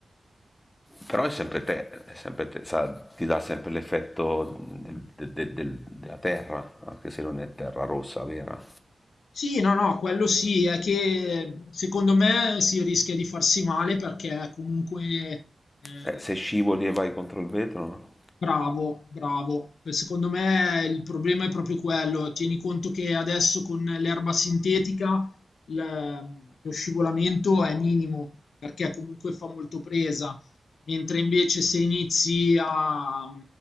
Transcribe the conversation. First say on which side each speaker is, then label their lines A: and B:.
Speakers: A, on the left; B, on the left.
A: Però è sempre te, è sempre te, sa, ti dà sempre l'effetto del- de- de- del- della terra, anche se non è terra rossa vera.
B: Sì, no, no, quello sì, è che secondo me si rischia di farsi male perché comunque eh,
A: Eh, se scivoli e vai contro il vetro,
B: Bravo, bravo. Beh, Secondo me il problema è proprio quello. Tieni conto che adesso con l'erba sintetica l- lo scivolamento è minimo perché comunque fa molto presa, mentre invece se inizi a,